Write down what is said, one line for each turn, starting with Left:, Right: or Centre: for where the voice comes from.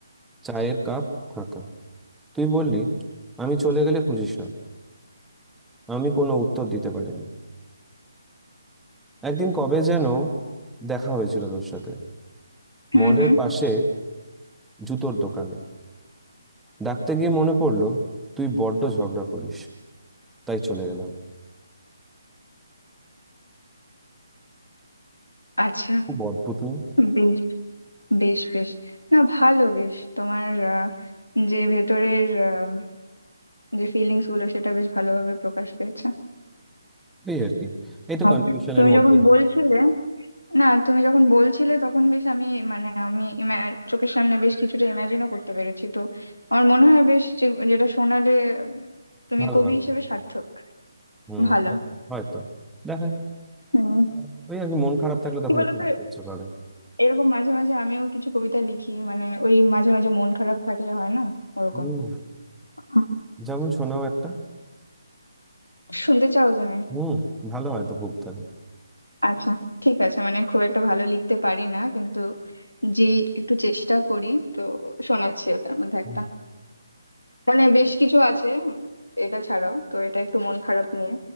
Centre: চায়ের কাপ ফাঁকা তুই বললি আমি চলে গেলে খুঁজিস না আমি কোনো উত্তর দিতে পারিনি একদিন কবে যেন দেখা হয়েছিল তোর সাথে
Left: হুম
Centre: মলের
Left: হুম
Centre: পাশে জুতোর দোকানে ডাকতে গিয়ে মনে পড়লো তুই বড্ড ঝগড়া করিস তাই চলে গেলাম
Left: আচ্ছা
Centre: খুব অদ্ভুত না
Left: বেশ বেশ বেশ না ভালো বেশ তোমার আহ, যে ভেতরের আহ, যে ফিলিংস গুলো সেটা বেশ ভালোভাবে প্রকাশ পেয়েছে
Centre: এই আর কি এই তো
Left: আর
Centre: কনফিউশনের
Left: তুমি
Centre: মধ্যে
Left: যখন
Centre: দিয়ে
Left: বলছিলে না তুমি যখন বলছিলে তখন বেশ আমি মানে আমি ima- চোখের সামনে বেশ কিছুটা ইমাজিনও করতে পেরেছি তো আমার মনে হয় বেশ যে- যেটা শোনালে উম, তুমি
Centre: ভালো
Left: কবি
Centre: লাগবে
Left: হিসেবে সার্থক
Centre: হুম
Left: ভালো
Centre: হয়তো হয়তো। দেখা যাক
Left: হুম
Centre: আহ, ওই আর কি মন খারাপ থাকলে তখন
Left: কি বলতো
Centre: একটু ঘুরতে ইচ্ছে করে
Left: এরকম মাঝে মাঝে আমিও কিছু কবিতা লিখি মানে ওই মাঝে মাঝে মন খারাপ থাকলে হয় না ওরকম
Centre: হুম
Left: হুম।
Centre: যেমন শোনাও একটা
Left: শুনতে চাও তুমি
Centre: হুম ভালো হয় তো খুব তাহলে
Left: আচ্ছা ঠিক আছে মানে খুব একটা ভালো লিখতে পারি না কিন্তু যে একটু চেষ্টা করি তো শোনাচ্ছি ওটার মধ্যে
Centre: হুম,
Left: একটা মানে বেশ কিছু আছে এটা ছাড়াও তো এটা একটু মন খারাপ নিয়ে